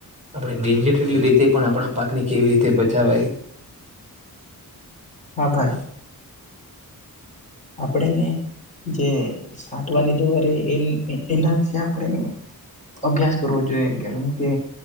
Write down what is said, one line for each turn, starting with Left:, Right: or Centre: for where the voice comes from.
Right: આપણેેલ રીતે પણ આપ પા ને કેવી રીતે બચાવાય.
Left: હા ભાઈ
Right: શ
Left: આપણેને જે કટવાની દવા ર એ એના વિશે આપણે અભ્યાસ કરવો જોઈએ કેમ કે